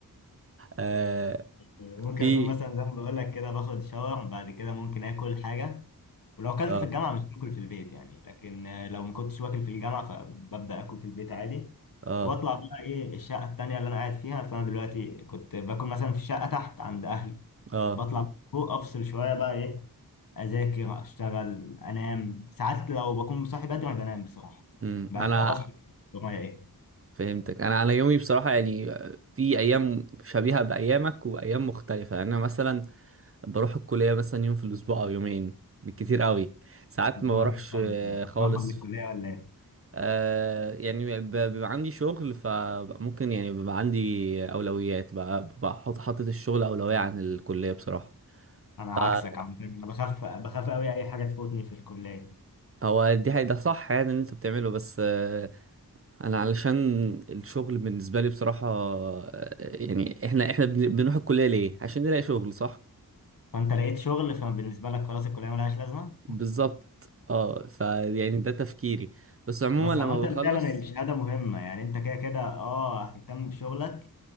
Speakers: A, on the right; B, on the left.
A: آه
B: ممكن
A: في
B: اكون مثلا زي ما بقول لك كده باخد شاور بعد كده ممكن اكل حاجة ولو اكلت
A: اه
B: في الجامعه مش باكل في البيت يعني لكن آه، لو ما كنتش واكل في الجامعه فببدا اكل في البيت عادي
A: اه
B: واطلع بقى ايه الشقه التانيه اللي انا قاعد فيها فانا دلوقتي كنت باكل مثلا في الشقه تحت عند اهلي
A: اه
B: بطلع فوق افصل شويه بقى ايه اذاكر اشتغل انام ساعات لو بكون صاحي بدري بنام بصراحه
A: امم
B: بعد
A: انا
B: كده بصحى ورايا ايه
A: فهمتك انا انا يومي بصراحه يعني في ايام شبيهه بايامك وايام مختلفه يعني انا مثلا بروح الكليه مثلا يوم في الاسبوع او يومين بالكتير قوي ساعات
B: انت
A: ما
B: مرفض
A: بروحش آه، خالص
B: مرفض للكليه ولا ايه
A: آه يعني ب- بيبقى عندي شغل فممكن يعني بيبقى عندي اولويات بقى بحط حاطط الشغل اولويه عن الكليه بصراحه
B: انا عكسك
A: آه،
B: عم انا بخاف بخاف قوي اي حاجه تفوتني في الكليه
A: هو دي حقيقة ده صح يعني اللي انت بتعمله بس آه، انا علشان الشغل بالنسبة لي بصراحة آه، يعني احنا احنا بن- بنروح الكلية ليه؟ عشان نلاقي شغل صح؟
B: فانت لقيت شغل فبالنسبه لك خلاص الكليه ملهاش لازمه
A: بالظبط اه فيعني ده تفكيري بس عموما
B: بس
A: لما
B: عامة
A: بخلص
B: فعلا الشهادة مهمة يعني انت كده كده اه هتهتم بشغلك